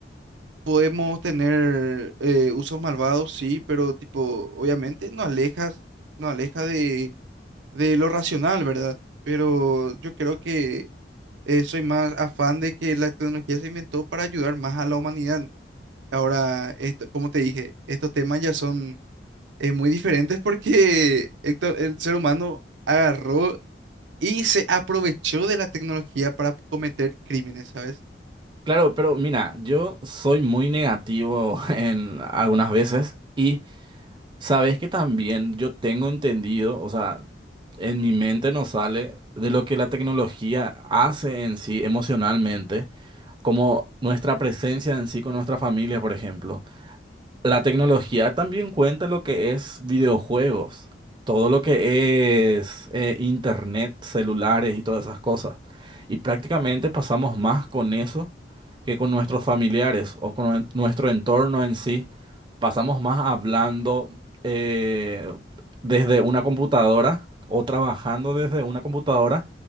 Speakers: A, on the right; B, on the right.
A: podemos tener eh, usos malvados, sí, pero tipo, obviamente nos alejas, nos aleja de de lo racional, ¿verdad? Pero yo creo que eh, soy más afán de que la tecnología se inventó para ayudar más a la humanidad. Ahora, esto, como te dije, estos temas ya son eh, muy diferentes porque <laughs> esto- el ser humano agarró y se aprovechó de la tecnología para cometer crímenes, ¿sabes?
B: Claro, pero mira, yo soy muy negativo <laughs> en algunas veces y Sabes que también yo tengo entendido, o sea, en mi mente nos sale de lo que la tecnología hace en sí emocionalmente, como nuestra presencia en sí con nuestra familia, por ejemplo. La tecnología también cuenta lo que es videojuegos, todo lo que es eh, internet, celulares y todas esas cosas. Y prácticamente pasamos más con eso que con nuestros familiares o con en- nuestro entorno en sí. Pasamos más hablando eh, desde una computadora o trabajando desde una computadora